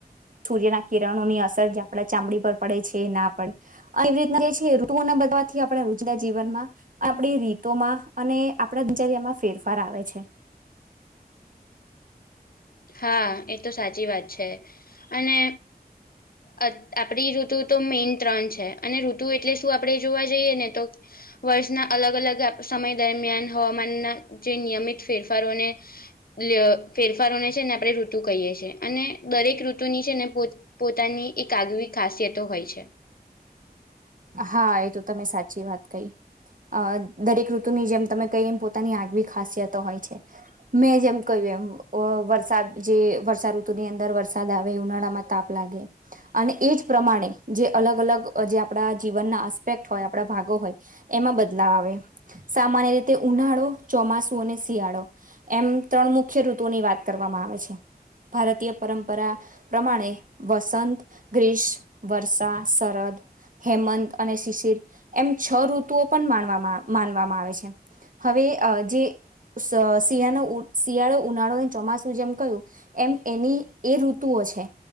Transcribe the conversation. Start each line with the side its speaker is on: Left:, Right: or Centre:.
Right: સૂર્યના કિરણોની અસર જે આપડા ચામડી પર પડે છે એ ના પડે. આવી રીતના જે છે ઋતુને બદવાથી આપણે રોજિદા જીવનમાં આપણી રી રીતો માં અને આપણા દિનચર્યામાં ફેરફાર આવે છે.
Left: હા એ તો સાચી વાત છે અને અત આપણી ઋતુ તો મેન ત્રણ છે અને ઋતુ એટલે શું આપણે જોવા જઈએ ને તો વર્ષના અલગ અલગ આપ સમય દરમિયાન હવામાનના જે નિયમિત ફેરફારોને લ ફેરફારોને છે ને આપણેે ઋતુ કહીએ છીએ અને દરેક ઋતુની છે ને પોત પોતાની એક આગવી ખાસિયતો હોય છે.
Right: હા એ તો તમે સાચી વાત કહી. અ દરેક ઋતુની જેમ તમે કહી એમ પોતાની આગવી ખાસિયતો હોય છે. મેં જેમ કહ્યું એમ વ વરસાદ જે વર્ષાઋતુની અંદર વરસાદ આવે ઉનાળામાં તાપ લાગે અને એ જ પ્રમાણે જે અલગ અલગ અ જે આપણા જીવનના આસ્પેક્ટ હોય આપણા ભાગો હોય એમાં બદલાવ આવે. સામાન્ય રીતે ઉનાળો, ચોમાસું અને શિયાળો એમ ત્રણ મુખ્ય ઋતુઓની વાત કરવામાં આવે છે. ભારતીય પરંપરા પ્રમાણે વસંત, ગ્રીશ, વર્ષા, શરદ હેમંત અને શિશિર એમ છ ઋતુઓ પન માનવામાં માનવામાં આવે છે. હવે અ જે શિયાનો શિયાળો, ઉનાળો, ચોમાસું જેમ કહ્યું એમ એની એ ઋતુઓ છે